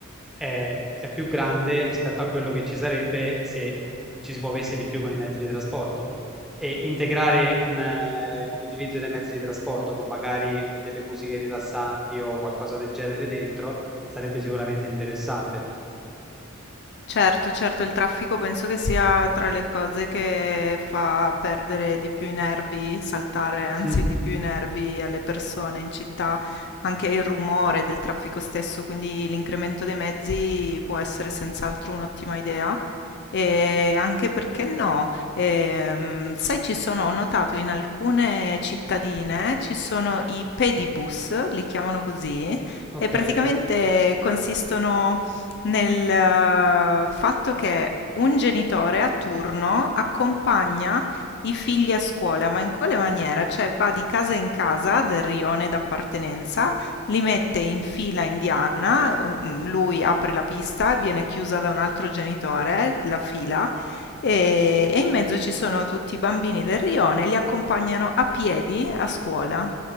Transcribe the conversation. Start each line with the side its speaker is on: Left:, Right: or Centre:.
Centre: è, è più grande rispetto a quello che ci sarebbe se ci si muovesse di più con i mezzi di trasporto. E integrare un, eh, un utilizzo dei mezzi di trasporto con magari delle musiche rilassanti o qualcosa del genere dentro sarebbe sicuramente interessante.
Left: Certo, certo, il traffico penso che sia tra le cose che fa perdere di più i nervi, saltare anzi
Centre: Mm.
Left: di più i nervi alle persone in città, anche il rumore del traffico stesso, quindi l'incremento dei mezzi può essere senz'altro un'ottima idea. E anche perché no, ehm, sai, ci sono, ho notato in alcune cittadine ci sono i pedibus, li chiamano così,
Centre: Ok,
Left: e praticamente consistono nel eh, fatto che un genitore a turno accompagna i figli a scuola, ma in quale maniera? Cioè va di casa in casa del rione d'appartenenza li mette in fila indiana, u- mm, lui apre la pista, viene chiusa da un altro genitore, la fila, e, e in mezzo ci sono tutti i bambini del rione, li accompagnano a piedi a scuola.